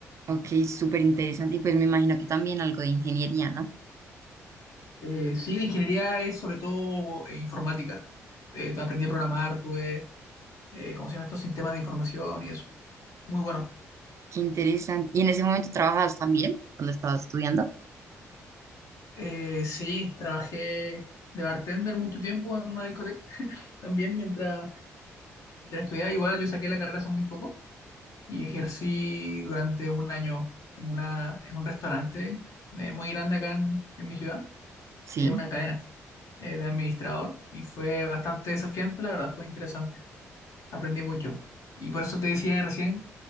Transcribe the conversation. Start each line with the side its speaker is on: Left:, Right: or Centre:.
Right: Ok, súper interesante y pues me imagino que también algo de ingeniería, ¿no?
Left: Eh, sí, la ingeniería es sobre todo eh, informática. Eh, aprendí a programar, tuve, eh, ¿cómo se llama estos sistemas de información y eso? Muy bueno.
Right: Qué interesante. ¿Y en ese momento trabajabas también cuando estabas estudiando?
Left: Eh, sí, trabajé de bartender mucho tiempo en una discoteca. También mientras, mientras estudiaba, igual yo saqué la carrera hace muy poco y ejercí durante un año en, una, en un restaurante de- muy grande acá en, en mi ciudad,
Right: Sí.
Left: eh, una cadena eh, de administrador y fue bastante desafiante, la verdad, fue interesante, aprendí mucho. Y por eso te decía recién